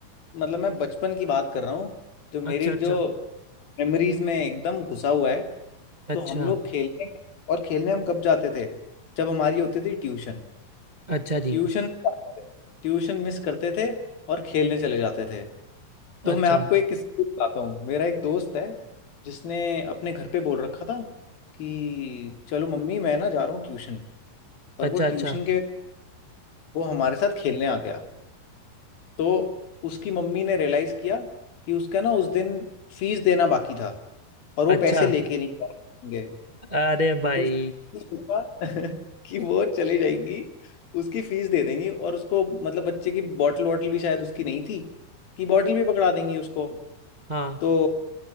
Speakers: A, on the left; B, on the right.
A: मतलब मैं बचपन की बात कर रहा हूँ जो मेरी
B: अच्छा अच्छा
A: जो मेमोरीज में एकदम घुसा हुआ है
B: अच्छा
A: तो हम लोग खेलने और खेलने हम कब जाते थे जब हमारी होती थी ट्यूशन
B: अच्छा जी
A: ट्यूशन ट्यूशन मिस करते थे और खेलने चले जाते थे तो
B: अच्छा
A: मैं आपको एक किस्सा बताता हूँ मेरा एक दोस्त है जिसने अपने घर पे बोल रखा था कि चलो मम्मी मैं ना जा रहा हूँ ट्यूशन और
B: अच्छा
A: वो ट्यूशन
B: अच्छा
A: के वो हमारे साथ खेलने आ गया तो उसकी मम्मी ने रियलाइज किया कि उसका ना उस दिन फीस देना बाकी था और वो
B: अच्छा
A: पैसे लेके नहीं जाएंगे
B: अरे भाई
A: तो उसने सोचा <laughs> कि वो चली जाएंगी उसकी फीस दे देंगी और उसको मतलब बच्चे की बॉटल वॉटल भी शायद उसकी नहीं थी कि बॉटल भी पकड़ा देंगी उसको
B: हाँ
A: तो